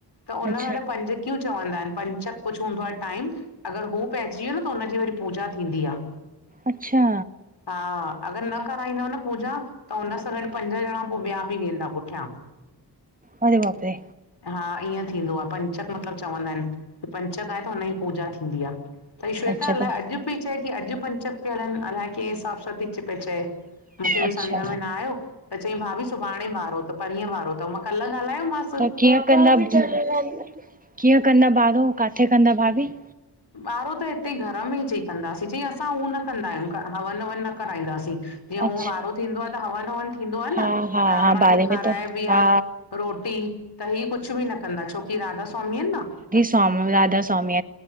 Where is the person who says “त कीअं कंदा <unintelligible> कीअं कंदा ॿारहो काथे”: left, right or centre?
Right